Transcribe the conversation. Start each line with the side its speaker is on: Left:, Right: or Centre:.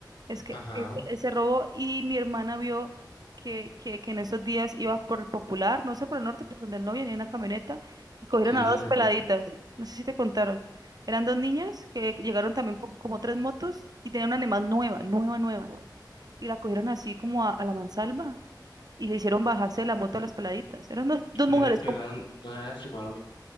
Right: es que
Left: Ajá.
Right: ese, ese robo y mi hermana vio que, que, que en esos días iba por el Popular, no sé, por el norte, por donde él no venía en una camioneta y cogieron
Left: Sí,
Right: a dos
Left: en el
Right: peladitas,
Left: popo.
Right: no sé si te contaron. Eran dos niñas que llegaron también po- como tres motos y tenían una animal nueva, nueva, nueva. Y la cogieron así como a, a la mansalva y le hicieron bajarse de la moto a las peladitas. Eran dos, dos
Left: No
Right: mujeres.
Left: les pegaron, no les lastimaron. mira.